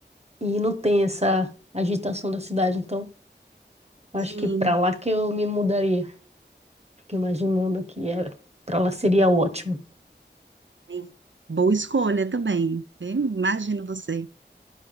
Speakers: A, on the right; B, on the right.
A: E não tem essa agitação da cidade. Então, acho
B: Sim,
A: que para lá que eu me mudaria. Fico imaginando que é, para lá seria ótimo.
B: sim. boa escolha também. Eu Imagino você.